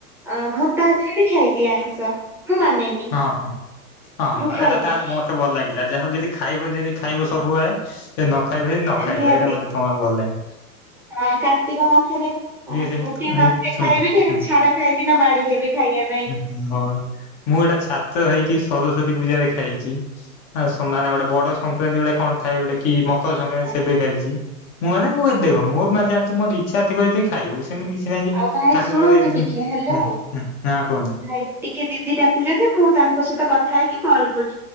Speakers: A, in the centre; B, on the left.
A: ଅ ମୁଁ ତା ଦେହରେ ଖାଇଦିଏ ଆଇଁଷ ମୁଁ ମାନେନି।
B: ହଁ ହଁ ହଁ
A: ମୁଁ ଖାଇଦିଏ
B: ଏଇଟା ତାହେଲେ ମତେ ଭଲ ଲାଗିଲା। ଯାହା ହବ ଯଦି ଖାଇବ ଯଦି ଖାଇବ ସବୁଆଳେ। ସେ ନ ଖାଇବ ଯଦି ନ ଖାଇବ
A: ନିହାତି
B: ଏଇଟା ମତେ ତମର ଭଲ ଲାଗଲା।
A: ହଁ କାର୍ତ୍ତିକ ମାସରେ ହଁ
B: ସେମିତି
A: କାର୍ତ୍ତିକ
B: ମୁଁ
A: ମାସରେ
B: ଶୁଣନ୍ତୁ
A: ଖାଇବେନି
B: ହୁଁ
A: ଛାଡ ଖାଇ ଦିନ ବାଡି ହେବେ ଖାଇବା ପାଇଁ।
B: ହ ବା। ମୁଁ ଗୋଟେ ଛାତ୍ର ହେଇକି ସରସ୍ଵତୀ ପୂଜାରେ ଖାଇଚି। ଆ ସମାନେେ ଗୋଟେ ବଡ ସଂକ୍ରାନ୍ତି ଗୋଟେ କଣ ଥାଏ ଗୋଟେ କି ମକର ସଂକ୍ରାନ୍ତି
A: ଆଜ୍ଞା।
B: ସେବେ ଖାଇଚି। ମୁଁ ମାନେ ମୁଁ ଏତ ଦେଖ ମୁଁ ମାନେ ଜାଣିଛି ମୋର ଇଚଛା ଥିବ ଯଦି ଖାଇବୁ। ସେମିତି କିଛି ନାହିଁ ଯେ
A: ଆଉ ଭାଇ
B: ଠାକୁରଁ
A: ଶୁଣନ୍ତୁ
B: ହଁ
A: ଟିକେ ହ୍ୟାଲୋ
B: କୁହନ୍ତ।
A: ଭାଇ ଟିକେ ଦିଦି ଡାକୁଛନ୍ତି ମୁଁ ତାଙ୍କ ସହିତ କଥା ହେଇକି କଲ୍ କରୁଚି।